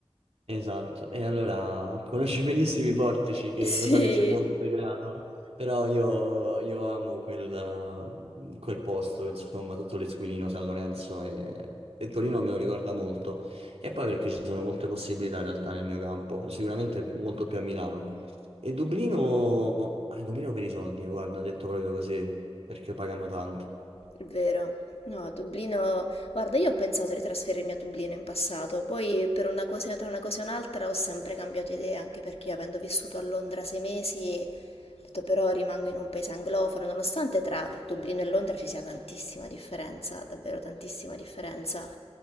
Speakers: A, on the right; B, on the left.
A: Esatto, e allora conosci benissimo i portici, che
B: <laughs> Sì.
A: lo so che c'è molto degrado, però io, io amo quel, eh, quel posto, insomma, tutto l'Esquilino, San Lorenzo e, e Torino me lo ricorda molto. E poi perché ci sono molte possibilità in realtà nel mio campo, sicuramente molto più a Milano. E Dublino, eh, Dublino per i soldi, guarda, detto proprio così, perché pagano tanto.
B: È Vero. No, Dublino. Guarda, io ho pensato di trasferirmi a Dublino in passato, poi per una cosa, tra una cosa e un'altra ho sempre cambiato idea, anche perché io avendo vissuto a Londra sei mesi, ho detto però rimango in un paese anglofono, nonostante tra Dublino e Londra ci sia tantissima differenza, davvero tantissima differenza.